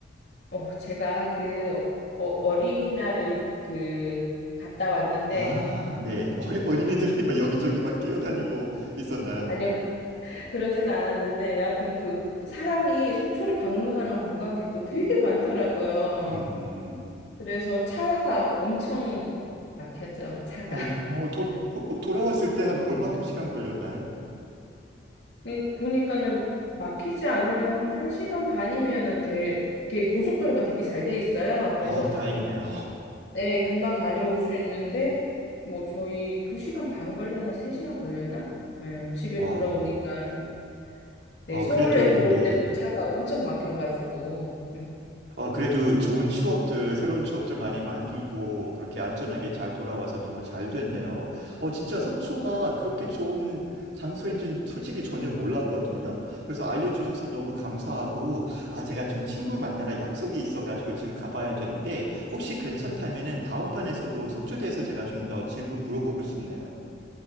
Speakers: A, on the left; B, on the right.
A: 어 제가 그 어, 어, 어린이날을 그 갔다 왔는데
B: 아, 네. 어리, 어린이들이 막 여기저기 막 뛰어다니고 있었나요?
A: 아니요 <laughs> 그러진 않았는데 여하튼 그 사람이 속초를 방문하는 관광객도 되게 많더라고요.
B: 음.
A: 그래서 차가 엄청 막혔죠, 차가.
B: 어,
A: <laughs>
B: 어, 도, 어, 돌아왔을 때 한 얼마큼 시간 걸렸나요?
A: 근데 보니까는 막히지 않으면 한 1시간 반이면은 돼, 이렇게 고속도로가 되게 잘 돼 있어요. 그래서,
B: 어, 다행이네요. <laughs>
A: 네, 금방 다녀올 수 있는데, 뭐 저희 2시간 반 걸렸나, 3시간 걸렸나? 네, 집에
B: 와.
A: 돌아오니까. 네,
B: 어,
A: 서울에
B: 그래도,
A: 들어올
B: 네.
A: 때 또 차가 엄청 막혀가지고. 음,
B: 어 그래도 좋은 추억들, 새로운 추억들 많이 만들고, 그렇게 안전하게 잘 돌아와서 너무 잘 됐네요. 어, 진짜 속초가 그렇게 좋은 장소인지는 솔직히 전혀 몰랐거든요. 그래서 알려주셔서 너무 감사하고, 아, 제가 좀 친구 만나러 약속이 있어가지고 지금 가봐야 되는데, 혹시 괜찮다면은 다음판에서도 속초에 대해서 제가 좀 더 질문 물어보고 싶네요.